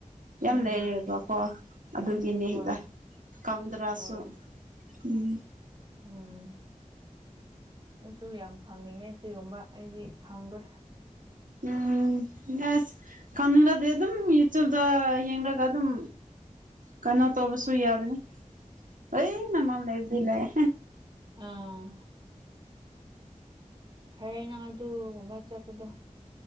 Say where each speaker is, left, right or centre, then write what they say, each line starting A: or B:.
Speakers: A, on the right; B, on the right.
A: ꯎꯝ
B: ꯌꯥꯝ ꯂꯩꯔꯦꯕꯀꯣ ꯑꯗꯨꯒꯤꯅꯦꯗ
A: ꯍꯣꯏ
B: ꯀꯪꯗ꯭ꯔꯥꯁꯨ
A: ꯍꯣꯏ
B: ꯎꯝ
A: ꯎꯝ ꯑꯩꯁꯨ ꯌꯥꯝ ꯈꯪꯅꯤꯡꯉꯦ ꯁꯤꯒꯨꯝꯕ ꯑꯩꯗꯤ ꯈꯪꯗꯦ
B: ꯎꯝ ꯌꯥꯁ ꯀꯥꯟꯅꯗꯦ ꯑꯗꯨꯝ ꯌꯨꯇꯨꯞꯇ ꯌꯦꯡꯂꯒ ꯑꯗꯨꯝ ꯀꯩꯅꯣ ꯇꯣꯕꯁꯨ ꯌꯥꯗꯦꯅꯦ ꯑꯩꯃꯃꯜ <unintelligible> ꯂꯩꯕꯗꯤ ꯂꯩ
A: ꯑꯥ ꯐꯩ ꯅꯪ ꯑꯗꯨꯒꯨꯝꯕ ꯆꯠꯄꯗꯣ